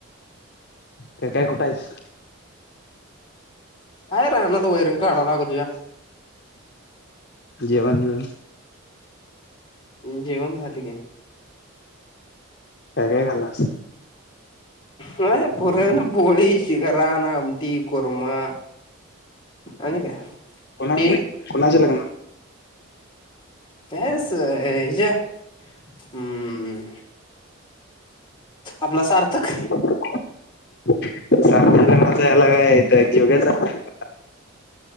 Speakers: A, on the left; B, on the left.
A: काय काय कुठं हायस? हाय
B: आहे
A: रानात वैरण काढा
B: काढाय लागलोया.
A: लागलोय. जेवण बिवन?
B: जेवण झालं की
A: काय काय खाल्लास?
B: व्हय पुरण पोळी, शिखरान, आमटी, कुरमा आणि काय?
A: कोणा
B: डेली
A: नाय कुणाच्या लग्नात?
B: काय असं, हे हम्म आपला सार्थक.
A: सार्थक च्या लग्नाला ह्याला काय तर जेवग्याचा <unintelligible> का